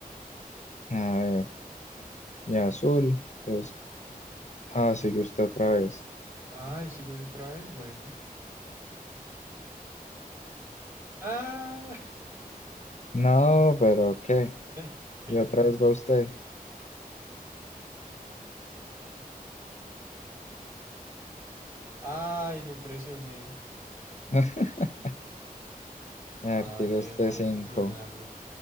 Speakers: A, on the left; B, on the right.
A: A ver, y azul. Entonces, ah, sigue usted otra vez.
B: Ay, sigo yo otra vez. Bueno. Ah.
A: No, pero ¿qué?
B: <laughs>
A: Y otra vez va usted.
B: Ay, no presioné.
A: <laughs> A
B: Ay,
A: ver, tiro
B: me
A: este
B: demoré
A: cinco
B: en presionarlo.